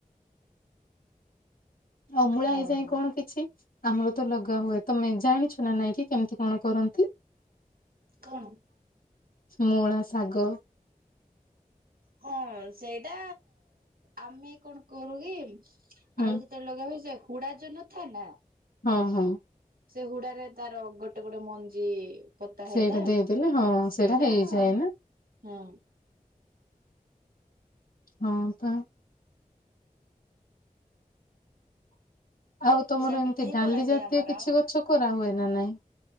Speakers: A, on the left (about 75°); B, on the right (about 80°).
A: ଅଉମୂଳା
B: ହଁ
A: ହେଇଯାଏ
B: ହଁ।
A: କଣ କିଛି। ଆମର ତ ଲଗା ହୁଏ ତମେ ଜାଣିଛ ନା ନାଇଁ କିି କେମିତି କଣ କରନ୍ତି?
B: କଣ?
A: ମୂଳା ଶାଗ।
B: ହଁ ସେଇଟା ଆମେ କଣ କରୁ କି
A: ହୁଁ
B: ଆଳୁ ଯଦି ତ ଲଗା ହୁଏ ସେ ହୁଡା ଯୋଉ ନଥାଏ ନା?
A: ହଁ ହଁ।
B: ସେ ହୁଡା ରେ ତାର ଗୋଟେ ଗୋଟେ ମଞ୍ଜି ପୋତା ହେଇଥାଏ
A: ସେଇଟା ଦେଇଦେଲେ ହଁ
B: ସେଇଟା
A: ହେଇଯାଏ
B: ହୁଁ।
A: ନା ହଁ ପା। ଆଉ ତମର
B: ସେମିତି
A: ଏମିତି
B: ହିଁ
A: ଡାଲି
B: କରାଯାଏ
A: ଜାତୀୟ
B: ଆମର
A: କିଛି
B: ଆଉ।
A: ଗଛ କରା ହୁଏ ନା ନାଇଁ?